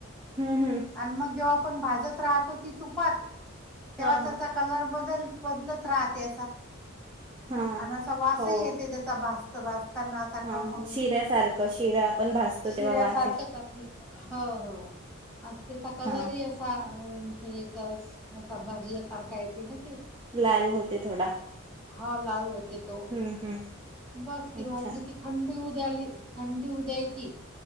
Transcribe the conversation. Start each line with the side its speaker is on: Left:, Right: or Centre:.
Right: हम्म हम्म
Centre: आणि मग जेव्हा आपण भाजत राहतो तुपात तेव्हा
Right: हा हा
Centre: त्याचा कलर बघ. बल बदलत राहते
Right: हा
Centre: आणि असा. वासही
Right: हो
Centre: येते त्याचा भास. त भाजताना असा
Right: हा
Centre: खमंग.
Right: हा शिऱ्यासारखं शिरा आपण भासतो
Centre: शिऱ्यासारखच
Right: तेव्हा वास येत
Centre: आपल हो हो. अन तेचा कलरही
Right: हा
Centre: असा. अं याचा अस असा भाजल्यासारखा येते ना ते.
Right: लाल होते थोडा
Centre: हो लाल होते तो.
Right: हम्म हम्म
Centre: बस ती
Right: अच्छा
Centre: वाजली की थंडी झाली थंडी उद्यायची